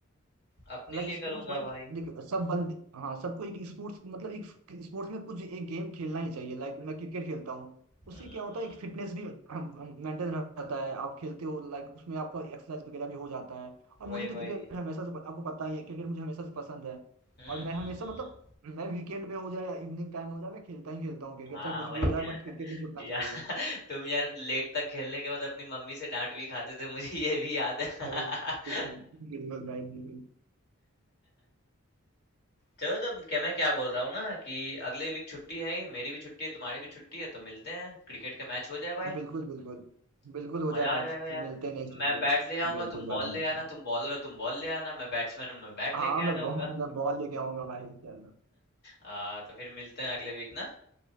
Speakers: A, on the left; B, on the right.
A: अपने
B: लाइक
A: लिए
B: स्पोर्ट्स
A: करूंगा
B: भाई
A: भाई
B: देखो सब बंदे हाँ सबको एक स्पोर्ट्स मतलब एक स्पोर्ट्स में कुछ एक गेम खेलना ही चाहिए लाइक मैं क्रिकेट खेलता हूँ उससे
A: हम्म
B: क्या होता
A: हम्म,
B: है एक फिटनेस भी मेंटेन रहता है आप खेलते हो लाइक उसमें आपका एक्सरसाइज वगैरह भी हो जाता है और
A: वही
B: मुझे तो क्रिकेट
A: वही
B: हमेशा से प- आपको पता ही है क्रिकेट मुझे हमेशा से पसंद है
A: हम्म
B: और मैं
A: हम्म
B: हमेशा
A: हम्म
B: मतलब मैं वीकेंड में हो जाए या इवनिंग टाइम में हो जाए मैं खेलता ही खेलता हूँ क्रिकेट
A: हाँ
B: चाहे कुछ
A: वही
B: भी हो जाए बट क्रिकेट नहीं छूटना
A: यार
B: चाहिए
A: <laughs> तुम यार लेट तक खेलने के बाद अपनी मम्मी से डांट भी खाते थे मुझे ये भी याद है
B: अरे
A: <laughs>
B: बिल्कुल भाई बिल्कुल
A: चलो तो क्या मैं क्या बोल रहा हूँ ना कि अगले वीक छुट्टी है ही मेरी भी छुट्टी है तुम्हारी भी छुट्टी है तो मिलते हैं क्रिकेट का मैच हो जाए भाई
B: हाँ बिल्कुल बिल्कुल बिल्कुल हो
A: मजा
B: जाए मैच
A: आ जाएगा
B: फिर
A: यार
B: मिलते हैं नेक्स्ट वीकेंड
A: मैं बैट ले आऊंगा
B: बिल्कुल
A: तुम
B: भाई
A: बॉल
B: मिलते
A: ले आना
B: हैं
A: तुम बॉलर हो तुम बॉल ले आना मैं बैट्समैन हूँ मैं बैट
B: हाँ
A: लेके
B: मैं
A: आ जाऊंगा
B: बॉल मैं बॉल लेके आऊंगा भाई चलो
A: आ, तो फिर मिलते हैं अगले वीक ना